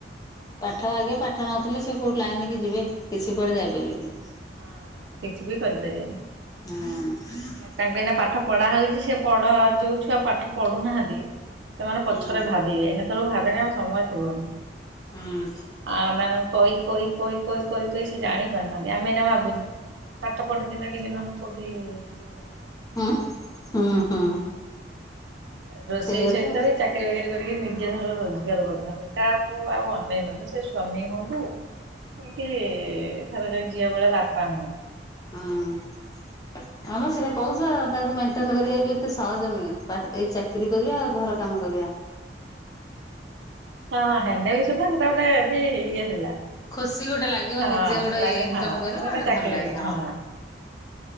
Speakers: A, on the left (about 20°); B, on the right (about 90°).
A: ପାଠ ଆଗେ ପାଠ ନଥିଲେ ସେ କୋଉ ଲାଇନିରେ କିି ଯିବେ କିଛି କୁଆଡେ ଯାଇପାରିବେନି।
B: ହଁ କିଛିବି କର୍ ପାରିବେନି।
A: ହୁଁ।
B: ତାଙ୍କୁ ଏଇନା ପାଠ ପଢା ହଉଛି ସେ ପଢ ଯୋଉ ଛୁଆ ପାଠ ପଢୁନାହାନ୍ତି। ସେମାନେ ପଛରେ
A: ହୁଁ
B: ଭାବିବେ ସେତେବେଳେ ଭାବିନେ ଆଉ ସମୟ ଥିବନି।
A: ହୁଁ
B: ଆ ମାନେ କଇ କଇ କଇ କଇ କଇ କଇ ସେ ଜାଣି ପାରୁନାହାଁନ୍ତି। ଆମେନା ଭାବୁଛୁ ପାଠ ପଢିଥିଲେ ଟିକେ ନହେଲେ କୋଉଠି ଟିକେ
A: ହୁଁ ହୁଁ ହୁଁ
B: ରୋଷେଇ
A: ସେଇଆ
B: ସହିତ
A: ତ ଆଉ।
B: ବି ଚା ଚାକିରି ବାକିରି କରିକି ନିଜେ ଧର ରୋଜଗାର କରିଥାନ୍ତୁ କାକୁ ଆଉ ଅନେଇ ନଥାନ୍ତୁ ସେ ସ୍ଵାମୀ ହୁଅନ୍ତୁ କି ଏଥର ଯୋଉ ଝି ଭଳିଆ ବାପା ହୁଅନ୍ତୁ।
A: ହଁ। ଆମ ସେଇଟା କହୁଚ ତାକୁ ମେଣ୍ଟେନ୍ କରିବା ବି ଏତେ ସହଜ ନୁହେଁ ପା ଏଇ ଚା କିରି କରିବା ଆଉ ଘର କାମ କରିବା।
B: ହଁ ହେନେ ବି ସୁଦ୍ଧା ସେଟା ଗୋଟେ ଏଠି ଇଏ ଥିଲା।
A: ଖୁସି ଗୋଟେ ଲାଗିବ
B: ହଁ
A: ନିଜେ ଗୋଟେ
B: ଲାଗେ
A: ଇନକମ
B: ହଁ ମୁଁ
A: କରିବ
B: ଗୋଟେ ଚାକିରି
A: ଭଲ ଲାଗେ
B: କର୍ଚି ହଁ।